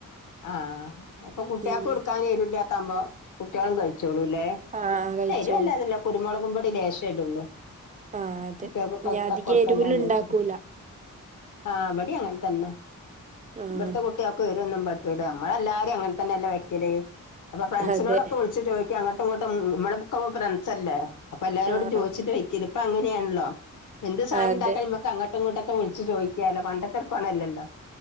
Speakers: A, on the left; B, on the right.
A: ആഹ അപ്പൊ കുട്ടിയാക്ക്
B: ഉം
A: കൊടുക്കാനെരുല്ല വുമ്പോ കുട്ട്യാളും കഴിച്ചോളൂലെ ക്ഷെ
B: ആഹ് കഴിച്ചോളൂ
A: എരുവെല്ലാതില്ല കുരുമൊളകും പൊടി ലേശെടൊള്ളൂ
B: ആഹ് അതെ
A: കുട്ട്യാൾകൊക്കെ
B: ഞാൻ അധികം
A: കൊടുക്കണ്ടെജാരിച്ചിട്ട്
B: എരിവില് ഇണ്ടാക്കൂല
A: ആഹ് ഇബടീം അങ്ങൻതന്നെ
B: ആഹ്
A: ഇവട്ത്തെ കുട്ടിയ ക്കെരൊന്നും പറ്റൂല്ല നമ്മളെല്ലാരും അങ്ങൻതന്നെല്ലെ വെക്കല് അപ്പൊ ഫ്രണ്ട്സിനോടൊക്കെ
B: അതെ
A: വിള്ച്ചു ചോയ് ട്കെ അങ്ങട്ട്ങ്ങെട്ടും മ്മളെക്കെപ്പം ഫ്രണ്ട്സല്ലേ അപ്പെല്ലാരോടും
B: ആഹ്
A: ചോയ്ച്ചിട്ടാ വെക്കല് ഇപ്പങ്ങെന്യാണല്ലോ എന്ത് സാധനണ്ടാക്കാണെ
B: അതെ
A: മ്മക്കങ്ങട്ട്ങ്ങോട്ടൊക്കെ വിള്ച്ച് ചോയ്ക്കാലോ പണ്ട ത്തോർക്കോന്നലല്ലോ